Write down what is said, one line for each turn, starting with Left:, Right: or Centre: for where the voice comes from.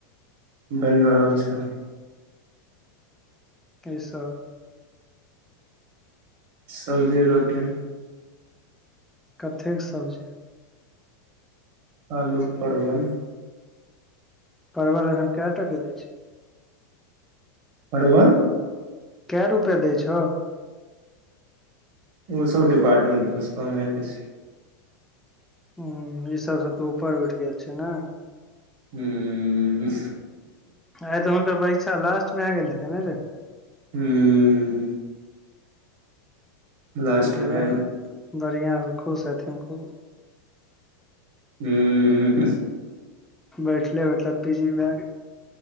Right: बैन रहल छै।
Centre: की सब?
Right: सब्जी-रोटी।
Centre: कथी के सब्जी?
Right: आलू परवल
Centre: परवल ऐखन कै टका दै छै।
Right: परवल
Centre: कै रुपया दै छौ?
Right: उ सब डिपार्मेन्ट पुछतो हम नै पूछै छीयै।
Centre: हूं ई सबसे तू ऊपर उठ गेल छी नै?
Right: हूँ
Centre: आय तऽ हुनकर परीक्षा लास्ट भै गेल हेते नै रे
Right: हूँ। लास्ट भए
Centre: गेलै बढ़ियां से खुश हेथिन खूब।
Right: <unintelligible>
Centre: बैठले मतलब पी जी बारे,